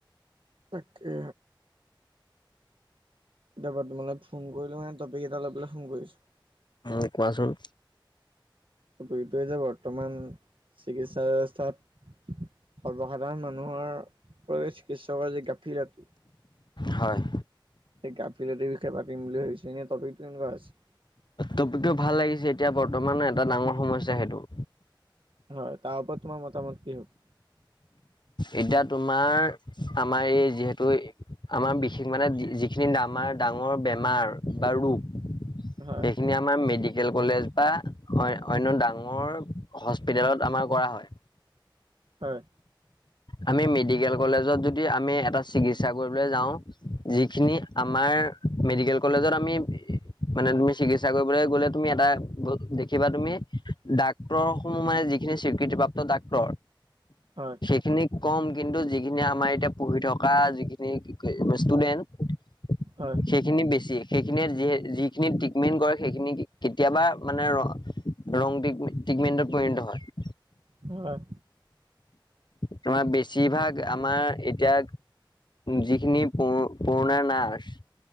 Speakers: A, on the right; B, on the left.
A: তাকে তাপা তোমালে ফোন কৰিলো মানে টপিক এটা লৈ পেলাই ফোন কৰিছো
B: উ কোৱাচোন
A: এইটোৱে যে বৰ্তমান চিকিৎসা ব্যৱস্থাত সৰ্বসাধাৰণ মানুহৰ চিকিৎসকৰ যি গাফিলতি
B: হয়
A: এই গাফিলতিৰ বিষয়ে পাতিম বুলি ভাবিছো এনেই টপিক টো এনেকুৱা হৈছে
B: টপিকটো ভাল লাগিছে এতিয়া বৰ্তমান এটা ডাঙৰ সমস্যা সেইটো
A: হয় তাৰ ওৰত তোমাৰ মতামত কি হক
B: এতিয়া তোমাৰ আমাৰ এই যিহেতু এই আমাৰ বিশেষ মানে, যিখিনি আমাৰ ডাঙৰ বেমাৰ বা ৰোগ।
A: হয়
B: এইখিনিয়ে আ আমাৰ মেডিকেল কলেজ বা অন্য ডাঙৰ হস্পিতেলত আমাৰ কৰা হয়
A: হয়
B: আমি মেডিকেল কলেজত যদি আমি এটা চিকিৎসা কৰিবলৈ যাওঁ যিখিনি আমাৰ মেডিকেল কলেজত আমি মানে তুমি চিকিৎসা কৰিবলৈ গলে তুমি এটা দেখিবা তুমি দাক ডাক্তৰ সমূহ সোমাই যি খিনি স্বীৃতিপ্ৰাপ্ত ডাক্তৰ
A: হয়
B: খিনি কম কিন্তু যিখিনি আমাৰ এতিয়া পঢ়ি থকা যিখিনি ষ্টুডেন্ট
A: হয়
B: সেইখিনি বেছি সেইখিনিয়ে য যিখিনি ট্ৰিটমেন্ট কৰে সেইখিনি কেতিয়াবা মানে দৰং তৃতমেনত পৰিত হয়
A: হয়
B: তোমাৰ বেছিভাগ আমাৰ এতিয়া যিখিনি প পুৰণা নাৰ্ছ